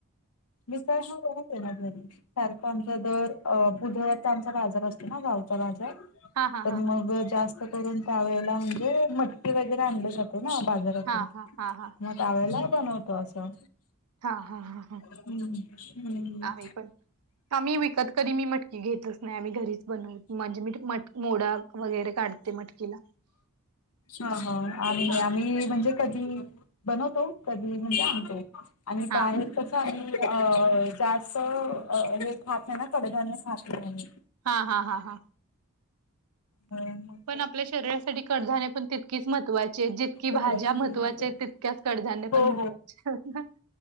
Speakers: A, on the left (about 70°); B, on the right (about 85°).
A: विसर्श करते ना घरी सारखं आमचा दर बुधळ्याचा आमचा बाजार असतो ना गावचा बाजार तर
B: हा हा हा
A: मग
B: हा
A: जास्त करून त्या वळेला म्हणजे मटकी वगैरे आणली जाते ना बाजारात
B: हा हा हा हा
A: मग टवेला पण होतो असं.
B: हा हा हा हा
A: हम्म हम्
B: आम्ही पण आम्ही विकत कधी मी मटकी घेतच नाही आम्ही घरीच बनव म्हणजे मी मट मोडा वगैरे काढते मटकीला
A: हा ह आ
B: हा
A: आम्ही म्हणजे कधी बनवतो कधी म्हणजे आणतो आणि
B: हा
A: बाहे अ जास्त हे खात नाही ना कडधान्य खात नाही म
B: हा हा हा हा
A: हा
B: पण आपल्या शरीरासाठी कडधाने पण तितकीच महत्वाचे जितकी
A: ते
B: भाज्या महत्वाच्या तित च कडजानने पण
A: हो
B: महत्वाचे